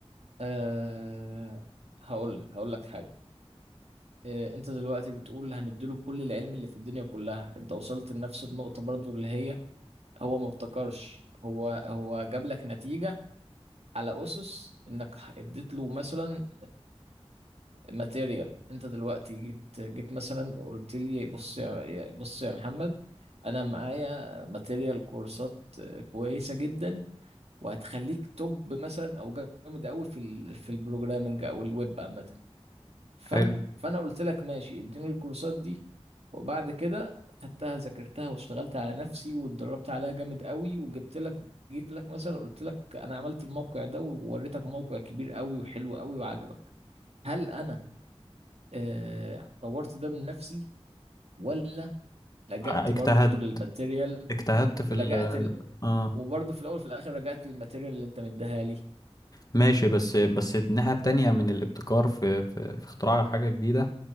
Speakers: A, on the right; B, on the left.
A: أه هقول لك هقول لك حاجه أه انت دلوقتي بتقول هنديله كل العلم اللي في الدنيا كلها انت وصلت لنفس النقطه برضو اللي هي هو ما ابتكرش هو هو جاب لك نتيجة على أسس إنك اديت له مثلا ماتيريال أنت دلوقتي جيت جيت مثلا قلت لي بص يا بص يا محمد أنا معايا ماتيريال كورسات آه، كويسة جدا وهتخليك توب مثلا أو جامد أوي في ال في البروجرامنج أو الويب عامة فانت
B: حلو
A: فانا قلت لك ماشي اديني الكورسات دي وبعد كده خدتها ذاكرتها واشتغلت على نفسي واتدربت عليها جامد قوي وجبت لك جيت لك مثلا قلت لك انا عملت الموقع ده ووريتك موقع كبير قوي وحلو قوي وعجبك هل انا آه، طورت ده من نفسي ولا لجأت
B: اجتهد
A: برضو للماتيريال
B: اجتهدت في
A: ولجأت
B: ال
A: ال...
B: اه
A: وبرضو في الاول وفي الاخر رجعت للماتيريال اللي انت مديها لي
B: ماشي بس بس الناحيه التانية من الابتكار في في, في اختراع حاجه جديده